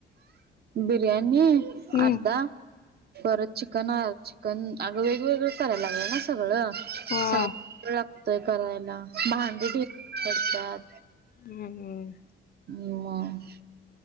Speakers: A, on the right (about 55°); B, on the left (about 50°).
A: बिर्याणी
B: हम्म
A: अर्धा. परत चिकन चिकन अगं वेगवेगळं करायला लागलं ना सगळं.
B: हा
A: सगळ लागतय करायला भांडी भि पडतात.
B: हम् हम्
A: म म